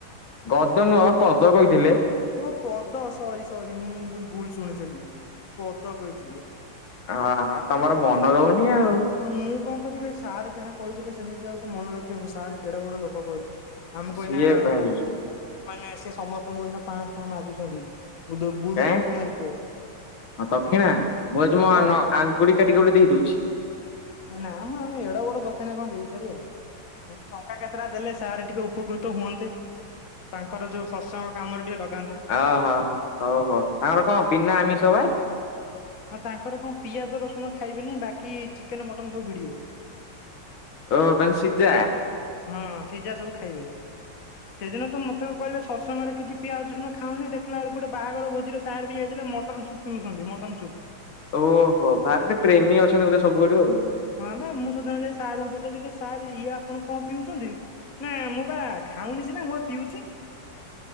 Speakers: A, on the left (about 70°); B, on the left (about 45°).
A: ଗଦ ନୁଅ ପଦ କହିଥିଲେ।
B: ଓ ପଦ ସରି ସରି ମୁଁ ଭୁଇ ଭୁଲ୍ ଶୁଣିଥିଲି ପଦ କହିଥିଲେ।
A: ଅ ହ ତମର ମନ ରହୁନି ଆଉ।
B: ହଁ ମୁଁ କଣ କରିବି ଏ ସାର୍ ଯାହା କହିଥିଲେ। ସେମିତି ଆଉ ମନେ ରଖିହବ ସାର୍ କେଡ ବଡ ଲୋକ କହିଲୁ। ଆମକୁ
A: ସିଏ
B: ଏଇନା
A: ଭାଇ
B: କହୁଛନ୍ତି, ମାନେ ସେ ସମସ୍ତଙ୍କୁ ଏଇନା ପାଂସ ଟଙ୍କା ମାଗୁଛନ୍ତି। ଗୁରୁ
A: କାଁ
B: ଦକ୍ଷିଣା ରୂପେ
A: ଦକ୍ଷିଣା? ମୁଁ ଆଜି
B: ହଁ
A: ମ
B: ବା
A: ଆଙ୍ଗୁଡି କାଟିକି ଗୋଟେ ଦେଇ ଦଉଛି।
B: ନାମ ଆମେ ଏଡ ବଡ ଦକ୍ଷିଣା କଣ ଦେଇପାରିବା? ସେଇ ଟଙ୍କା କେତେଟା ଦେଲେ ସାର୍ ଟିକେ ଉପକୃତ ହୁଅନ୍ତେ। ତାଙ୍କର ଯୋଉ ସତ୍ସଙ୍ଗ କାମରେ ଟିକେ ଲଗାନ୍ତେ।
A: ଓହୋ ହଉ ହଉ ତାଙ୍କର କଣ ବିନା ଆମିଷ ବା?
B: ହଁ ତାଙ୍କର କଣ ପିଆଜ ରସୁଣ ଖାଇବେନି, ବାକି ଚିକେନ ମଟନ ସବୁ ଭିଡିବେ।
A: ଓ ହ ମାନେ ସିଜା।
B: ହଁ ସିଝା ସବୁ ଖାଇବେ ସେଦିନ ତ ମ ତେ କହିଲେ ସତ୍ସଙ୍ଗରେ କିଛି ପିଆଜ ରସୁଣ ଖାଉନି, ଦେଖିଲା ବେଳୁ ଗୋଟେ ବାହାଘର ଭୋଜିରେ ସାର ବି ଯାଇଥିଲେ ମ ଟନ୍ ସୁପ ପିଉଛନ୍ତି ମଟନ୍ ସୁୁପ।
A: ଓହୋ ସାରେ ଟିକେ ପ୍ରେମୀ ଅଛନ୍ତି ବୋଧେ ସବୁଆଡୁ ଆଉ।
B: ହଁ ବା ମୁଁ ସେଦିନ ଯାଇ ସାରଙ୍କୁ ପଚାରିଲି ଇରେ ସାର୍ ଇଏ ଆପଣ କଣ ପିଉଛନ୍ତି? ନା ମୁଁ ବା ଖାଉନି ସିନା ମୁଁ ବା ପିଉଛି।